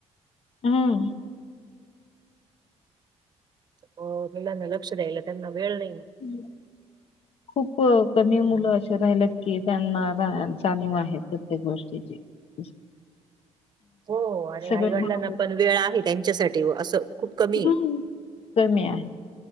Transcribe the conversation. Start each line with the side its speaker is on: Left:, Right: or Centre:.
Left: हम्म
Right: हो मुलांना लक्ष द्यायला त्यांना वेळ नाही
Left: <unintelligible> खूप कमी मुलं असे राहिलेत की त्यांना जाणीव आहे प्रत्येक गोष्टीची <unintelligible>
Right: हो आणि
Left: सगळे
Right: आईवडीलांना
Left: बरोबर
Right: पण वेळ आहे त्यांच्यासाठी व असं खूप कमी
Left: हम्म, कमी आहे